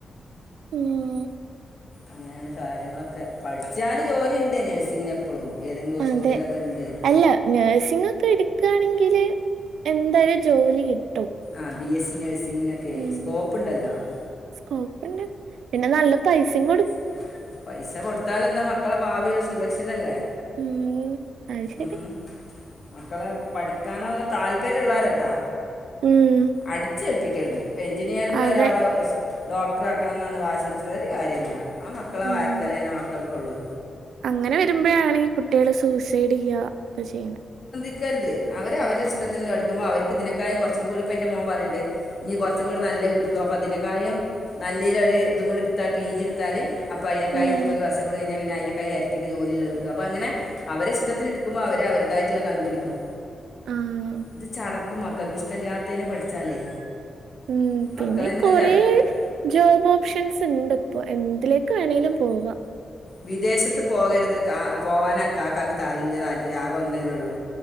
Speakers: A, on the right; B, on the left.
A: ഉം
B: അങ്ങനെയാണ് കാര്യങ്ങളൊക്കെ പഠിച്ചാല് ജോലിണ്ട് നേഴ്സിങ്ങിനെ ഇപ്പളും ഏതെങ്കിലും ഹോസ്പിറ്റലിലൊക്കെ
A: അതെ
B: ഉണ്ട്
A: അല്ല നഴ്സിംഗ് ഒക്കെ എടുക്കയാണെങ്കില് എന്തായാലും ജോലി കിട്ടും.
B: ആഹ് ബി എസ് സി നഴ്സിങ്ങിന ക്കെ
A: ഉം
B: സ്കോപ്പ് ഉണ്ടല്ലോ. നല്ല
A: സ്കോപ്പ്ണ്ട് പിന്നെ നല്ല പൈസയും
B: പൈസിം കൊടുക്കണം പൈസ കൊടുത്താൽ എന്താ മക്കളെ ഭാവി സുരക്ഷിതല്ലേ.
A: ഉം അത് ശരി
B: ഉം മക്കളെ പഠിക്കാനുള്ള താല് താല്പര്യമുള്ളവരെട്ടാ.
A: ഉം
B: അടിച്ചേൽപ്പിക്കരുത് ഇപ്പൊ എഞ്ചിനീയർ ഉള്ള
A: അതെ
B: ഒരാളെ സ് ഡോക്ടർ ആകണമെന്ന് വാശി പിടിച്ചിട്ട് ഒരു കാര്യയല്ല. ആ മക്കളെ
A: ഉം
B: വാര്ക്കലേനെ മക്കൾക്കുള്ളൂ
A: അങ്ങനെ വരുമ്പോൾ ആണ് കുട്ടികൾ സൂസൈഡ് ചെയ്യ ഒക്കെ ചെയ്യുന്നത്
B: ക്കര്ത് അവരെ അവരെ ഇഷ്ടത്തിന്ല്ലെ പഠിക്കുമ്പോ അവർ ഇതിനെക്കായം കുറച്ചും കൂടി ഇപ്പൊ എന്റെറെ മോൻ പറിണ്ട് ഇനി കുറച്ചും നല്ല കിട്ടും അപ്പൊ അതിനെക്കായം നല്ലേനൊര് ഇതും കൂടി ഇട്താ പി ജി ഇട്ത്താല് അപ്പൊ അയിനക്കായി
A: ഉം
B: ഇൻക്കൊരു വർഷം കൊണ്ട് കഴിഞ്ഞാൽ പിന്നെ അയിനക്കായി എ തിക്ക് ജോലിള്ളെ കിട്ടും അപ്പൊ അങ്ങനെ അവരെ ഇഷ്ടത്തിന് ഇടുക്കുമ്പോ അവര് അവര്തായിട്ട്ള്ളെ കണ്ടുപിടിക്കും
A: ആഹ്
B: ഇത് ചടക്കും മക്കൾക്ക് ഇഷ്ടല്ലാത്തേനെ പഠിച്ചാലേ
A: ഉം പിന്നെ
B: മക്കൾ തന്നെ
A: കൊറേ
B: ചടക്കും
A: ജോബ് ഓപ്ഷൻസ് ഇണ്ട് ഇപ്പോ എന്തിലേക്ക് വേണമെങ്കിലും പോവാം
B: വിദേശത്ത് പോകരുത് പോവാന് കാക്കക്ക് വലിയ താല്പര്യം ആകെ ഒന്നല്ലേ ഉള്ളൂ